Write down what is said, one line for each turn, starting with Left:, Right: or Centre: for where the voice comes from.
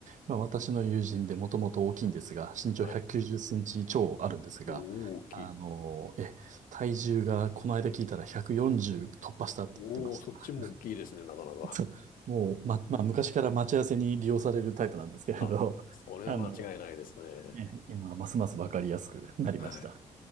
Right: まあ、私の友人でもともと大きいんですが、身長190センチ超あるんですが、
Left: はい。おー大きい。
Right: あのえ、体重がこの間聞いたら140突破したって言ってました。
Left: おお、そっちも大きいですね、なかなか。
Right: <laughs> そう。もう、ま、まあ、昔から待ち合わせに利用されるタイプなんですけれど、
Left: <laughs> あ、それは間違いないですね。
Right: <laughs> あの、え、今、ますますわかりやすくなりました。
Left: はい。